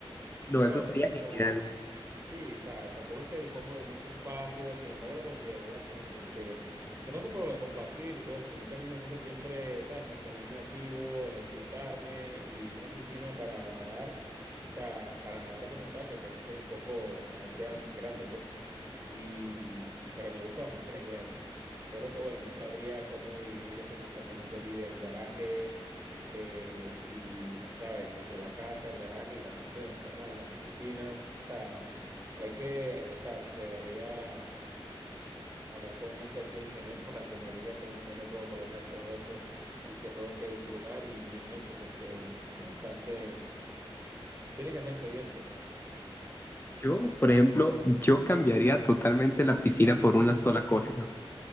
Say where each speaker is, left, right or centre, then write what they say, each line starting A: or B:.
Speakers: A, on the left (about 25°); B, on the right (about 30°).
A: No,
B: Pero,
A: eso sería
B: ¿sabes?
A: genial.
B: Como, sí, ¿sabes? Tampoco es que dispongo de mucho espacio, sin embargo lo consideré bastante, porque no tanto por lo de compartir y todo eso, sino que a mí me gusta siempre, ¿sabes? Mantenerme activo, ejercitarme y una piscina para nadar, o sea, para nadar como tal tendría que ser un poco bastante am- grande, pues. Y, pero me gusta bastante la idea, pues. Solo que, bueno, no sabría cómo dividir ese compartimiento allí del garaje eh, y, ¿sabes? Entre la casa, el garaje y la parte donde está la, la, la piscina. O sea, hay que, o sea, debería hablar con una especie de ingeniero <laughs> para que me diga cómo, dónde puedo colocar todo eso y que todo quede en su lugar y bien hecho, porque es bastante, tiene que hacerse bien, pues.
A: Yo, por ejemplo, yo cambiaría totalmente la piscina por una sola cosa.